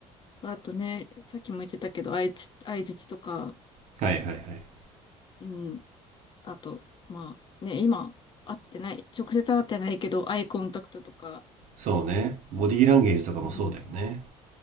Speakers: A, on the left; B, on the right.
A: あとね、さっきも言ってたけど、相づ、相槌とか、
B: はいはいはい。
A: うん。あと、まあ、ね、今、会ってない、直接会ってないけど、アイコンタクトとか、
B: そうね。ボディーランゲージとかもそうだよね。
A: うん。